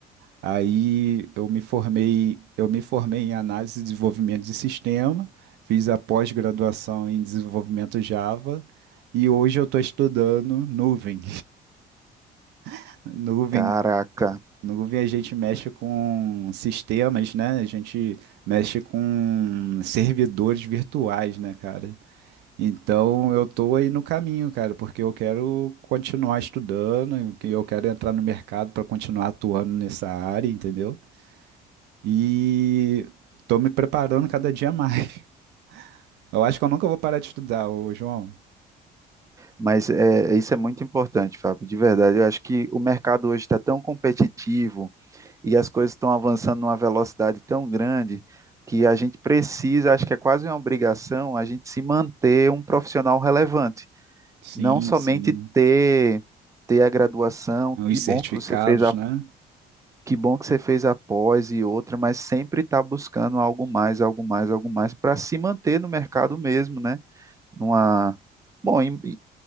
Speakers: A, on the right; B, on the right.
A: Aí eu me formei, eu me formei em análise e desenvolvimento de sistema, fiz a pós-graduação em desenvolvimento Java e hoje eu estou estudando nuvem. <laughs> Nuvem,
B: Caraca,
A: nuvem a gente mexe com sistemas, né? A gente mexe com servidores virtuais, né, cara? Então eu tô aí no caminho, cara, porque eu quero continuar estudando, e eu quero entrar no mercado para continuar atuando nessa área, entendeu? E tô me preparando cada dia mais. <laughs> Eu acho que eu nunca vou parar de estudar, ô João.
B: mas é, isso é muito importante, Fábio, de verdade. Eu acho que o mercado hoje está tão competitivo e as coisas estão avançando numa velocidade tão grande que a gente precisa, acho que é quase uma obrigação, a gente se manter um profissional relevante.
A: Sim,
B: Não somente
A: sim.
B: ter, ter a graduação,
A: Os
B: que
A: certificados,
B: bom que você fez a
A: né?
B: que bom que você fez a pós e outra, mas sempre está buscando algo mais, algo mais, algo mais, para se manter no mercado mesmo, né? Numa, bom, em- e